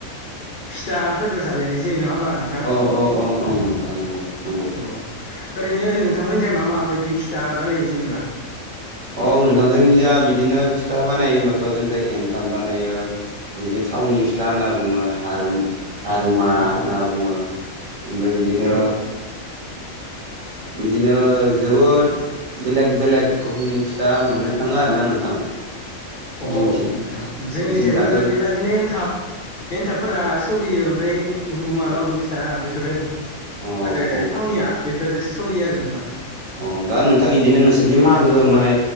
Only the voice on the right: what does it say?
औ
औ औ औ नोंथां नंगौ नंगौ
औ नोंथां जोंनि जा बिदिनो फिथा बानायो होनबाथ' जों दा एनथाब बानायो बिदि थावनि फिथा होनना बुङो हारुम हारुमा होनना
बुङो ओमफ्राय बिदिनो
बिदिनो जोबोद बेलेग बेलेग रोखमनि फिथा मोननो थाङो आरो ना नोंथां।
जोंनिथिं
जों दाथ'
औ
औ
औ
अ दा नोंथां बिदिनो नोंसोरनि मागो माने